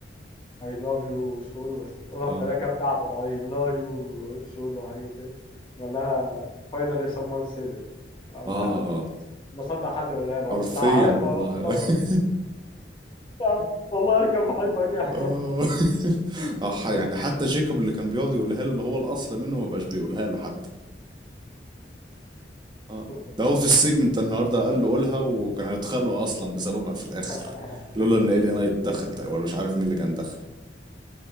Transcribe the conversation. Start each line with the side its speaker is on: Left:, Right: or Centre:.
Left: I love you سولو بس بتقولها
Right: اه
Left: بطريقة كده بتاعته I love you سولو حاجة كده قال لها finally someone said it ما
Right: اه
Left: ما ما صدق حد يقولها له
Right: حرفيا
Left: انا كنت هعيط
Right: والله
Left: وانا بتفرج
Right: <laughs>
Left: يا عم، والله انا كان بحبك يعني
Right: اه آه،
Left: <laughs>
Right: يعني حتى جيكوب اللي كان بيقعد يقولها له اللي هو الاصل منه ما بقاش بيقولها له حتى اه
Left: تؤلم
Right: ده هو
Left: بصراحة.
Right: في السجن انت النهارده قال له قولها وكان هيتخانقوا اصلا بسببها في الاخر
Left: <laughs>
Right: لولا ان الي نايت دخل ده ولا مش عارف مين اللي كان دخل